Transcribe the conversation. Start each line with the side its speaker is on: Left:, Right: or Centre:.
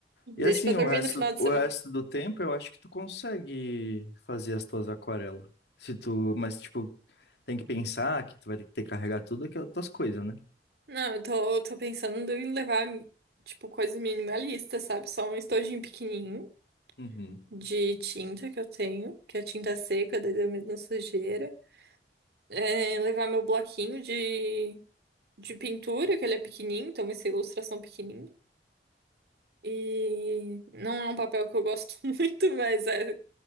Left: E assim,
Right: deixa pra dormir
Left: o resto,
Right: no final de
Left: o
Right: semana.
Left: resto do tempo eu acho que tu consegue fazer as tuas aquarelas. Se tu, mas tipo, tem que pensar que tu vai ter que carregar tudo aquelas tuas coisas, né?
Right: Não, eu tô, eu tô pensando em levar, tipo, coisa minimalista, sabe? Só um estojinho pequenininho.
Left: Uhum.
Right: de tinta que eu tenho, que é tinta seca, daí da mesma sujeira. É, levar meu bloquinho de, de pintura, que ele é pequenininho, então vai ser ilustração pequenininha. E não é um papel que eu gosto <laughs> muito, mas é